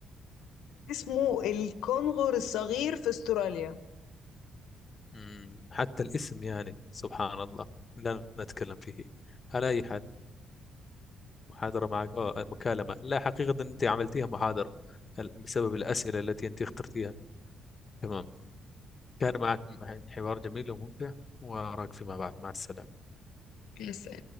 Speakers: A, on the left; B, on the left.
A: اسمه الكنغر الصغير في استراليا
B: مم، حتى الاسم يعني سبحان الله لا نتكلم فيه على أي حال محاضرة معك أو مكالمة لا حقيقة أنت عملتيها محاضرة ال- بسبب الأسئلة التي أنت اخترتيها تمام كان معك حوار جميل وممتع وأراك فيما بعد مع السلامة
A: بس